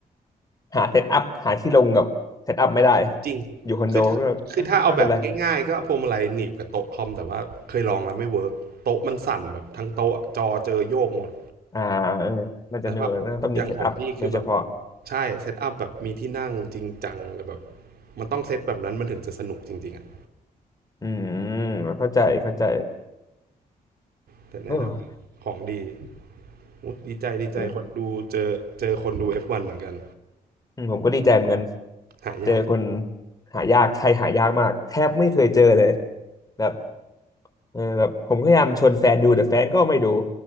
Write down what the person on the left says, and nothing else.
หาเซตอัพหาที่ลงกับเซตอัพไม่ได้
อยู่คอนโดก็เอ้ยไม่เป็นไร
อ่าเออมันจะไม่เวิร์กนะต้องมีเซตอัพโดยเฉพาะ
อืมเข้าใจเข้าใจ
เออ
จริง
อืมผมก็ดีใจเหมือนกัน
เจอคนหายากไทยหายากมากแทบไม่เคยเจอเลยแบบเออแบบผมพยายามชวนแฟนดูแต่แฟนก็ไม่ดู